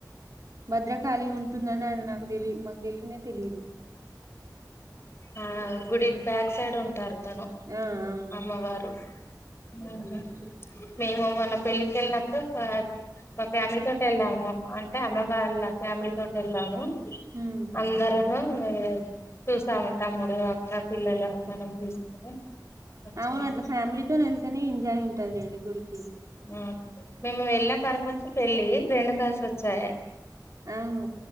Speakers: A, on the right; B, on the left.
A: భద్రకాళి ఉంటుందననగు డిలీ మాకు తెలీనే తెలిదు.
B: ఆ గుడిక్ బ్యాక్ సైడ్ ఉంటారు. తను
A: ఆ అవును
B: అమ్మవారు ఉహ్ హు మేము మొన్న పెళ్ళికెళ్ళినప్పుడూ చ మా ఫ్యామిలీ తోటె ఎళ్ళాము అంటే. అమ్మవాళ్ళ ఫ్యామిలీ తోటెళ్ళాను.
A: ఉమ్
B: అందరము చూసాము. తమ్ముడు, అక్క, పిల్లలు. మనం చూసుకొని వచ్చాము
A: అవున అట్లా ఫ్యామిలీ తోనెళ్తేనే ఎంజాయ్ ఉంటద్ లేండి. గుడిక్
B: అవున్ మేము వెళ్న పర్పస్ పెళ్ళి రెండు కలిసొచ్చాయి.
A: అవును